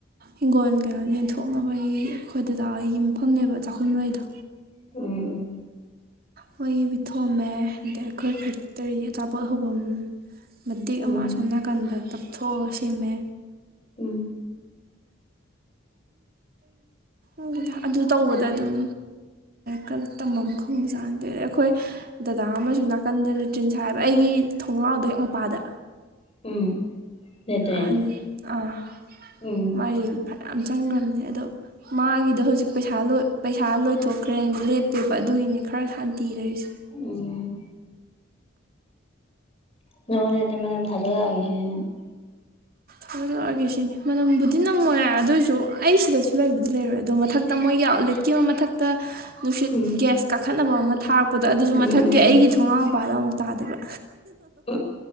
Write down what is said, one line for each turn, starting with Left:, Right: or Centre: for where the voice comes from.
Right: ꯍꯤꯡꯒꯣꯜ ꯀꯩꯅꯣ ꯌꯦꯟꯊꯣꯛꯅꯕꯒꯤ ꯑꯩꯈꯣꯏ ꯗꯗꯥ ꯑꯩꯒꯤ ꯃꯐꯝꯅꯦꯕ ꯆꯥꯛꯈꯨꯝꯂꯩꯗꯣ
Left: ꯎꯝ ꯎꯝ
Right: ꯃꯣꯏ ꯄꯤꯊꯣꯑꯝꯃꯦ ꯑꯗꯩ ꯑꯩꯈꯣꯏ ꯐꯦꯛꯇꯔꯤ ꯑꯆꯥꯄꯣꯠ ꯍꯐꯝꯝ ꯃꯇꯦꯛ
Left: ꯎꯝ
Right: ꯑꯃ ꯑꯁꯣꯝ ꯅꯥꯀꯟꯗ ꯇꯞꯊꯣꯛꯑꯒ ꯁꯦꯝꯃꯦ
Left: ꯎꯝ
Right: ꯎ ꯀ ꯑꯗꯨ ꯇꯧꯕꯗ ꯑꯗꯨꯝ ꯈꯔ ꯇꯝꯃꯝ ꯈꯪꯕꯖꯥꯅꯗꯦ ꯑꯗꯩ ꯑꯩꯈꯣꯏ ꯗꯗꯥ ꯑꯃꯁꯨ ꯅꯥꯀꯟꯗ ꯂꯨꯇ꯭ꯔꯤꯟ ꯁꯥ ꯍꯥꯏꯕ ꯑꯩꯒꯤ ꯊꯣꯡꯒꯥꯎꯗꯣ ꯑꯩ ꯃꯄꯥꯗ
Left: ꯎꯝ ꯂꯦꯇ꯭ꯔꯦꯟ
Right: ꯑꯍꯟ ꯑꯥ
Left: ꯎꯝ
Right: ꯃꯥꯏꯁꯨꯦ ꯐꯅꯌꯥꯝ ꯆꯪꯈ꯭ꯔꯕꯅꯦ ꯑꯗꯣ ꯃꯥꯒꯤꯗꯣ ꯍꯧꯖꯤꯛ ꯄꯩꯁꯥ ꯄꯩꯁꯥ ꯂꯣꯏꯊꯣꯛꯈ꯭ꯔꯦꯅ ꯂꯦꯞꯄꯦꯕ ꯑꯗꯨꯒꯤꯅꯤ ꯈꯔ ꯁꯥꯟꯇꯤ ꯂꯩꯔꯤꯁꯦ
Left: ꯎꯝ ꯅꯪ ꯍꯣꯔꯦꯜ <unintelligible> ꯊꯖꯜꯂꯛꯑꯒꯦ ꯁꯤꯅꯤ <unintelligible>
Right: ꯊꯗ ꯂꯛꯑꯒꯦ ꯁꯤꯅꯦ ꯃꯅꯝꯕꯨꯗꯤ ꯅꯝꯃꯣꯏ ꯑꯗꯨꯑꯣꯏꯔꯁꯨ ꯑꯩ ꯁꯤꯗꯁꯨ ꯂꯩꯕꯨꯗꯤ ꯂꯩꯔꯣꯏ ꯑꯗꯣ ꯃꯊꯛꯇ ꯃꯣꯏꯒꯤ ꯑꯥꯎꯠꯂꯦꯠꯀꯤ ꯑꯃ ꯃꯊꯛꯇ ꯅꯨꯡꯁꯤꯠ
Left: ꯎꯝ
Right: ꯒ꯭ꯌꯥꯁ ꯀꯥꯈꯠꯅꯕ ꯑꯃ ꯊꯥꯔꯛꯄꯗꯣ ꯑꯗꯨꯁꯨ
Left: ꯎꯝ
Right: ꯃꯊꯛꯀꯤ
Left: ꯎꯝ
Right: ꯑꯩꯒꯤ ꯊꯣꯡꯒꯥꯎ ꯏꯄꯥꯗ ꯑꯃꯨꯛ ꯇꯥꯗꯕ꯭ꯔꯥ
Left: ꯎꯝ